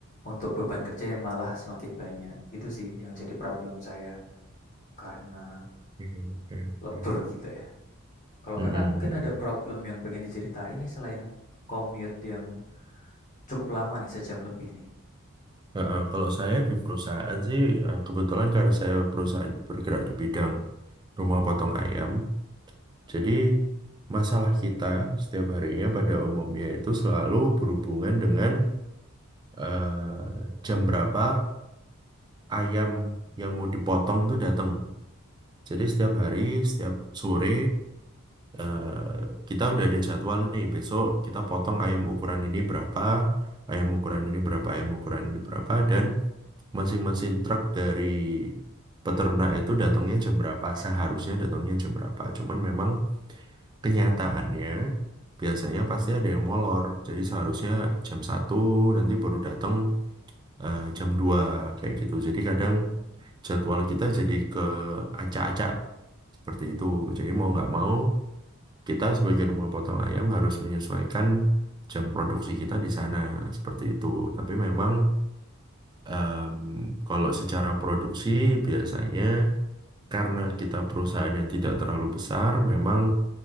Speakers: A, on the left (about 35°); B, on the right (about 20°).
A: untuk beban kerja yang malah semakin banyak. Gitu sih yang jadi problem saya karena
B: oke, oke. oke.
A: lembur gitu ya. Kalau
B: Mm-mm,
A: kakak mungkin
B: mm-mm.
A: ada problem yang pengen diceritain nih selain commute yang cukup lama nih sejam lebih nih.
B: Nah, kalau saya di perusahaan sih eh, kebetulan karena saya perusahaan bergerak di bidang rumah potong ayam, jadi masalah kita setiap harinya pada umumnya itu selalu berhubungan dengan eh, jam berapa ayam yang mau dipotong itu datang. Jadi setiap hari, setiap sore eh, kita udah ada jadwal nih besok kita potong ayam ukuran ini berapa ayam ukuran ini berapa ayam ukuran ini berapa dan masing-masing truk dari peternak itu datangnya jam berapa seharusnya datangnya jam berapa cuman memang kenyataannya biasanya pasti ada yang molor jadi seharusnya jam satu nanti baru datang eh, jam 2 kayak gitu jadi kadang jadwal kita jadi ke acak-acak seperti itu jadi mau nggak mau kita sebagai rumah potong ayam harus menyesuaikan jam produksi kita di sana seperti itu. Tapi memang em, kalau secara produksi biasanya karena kita perusahaan yang tidak terlalu besar, memang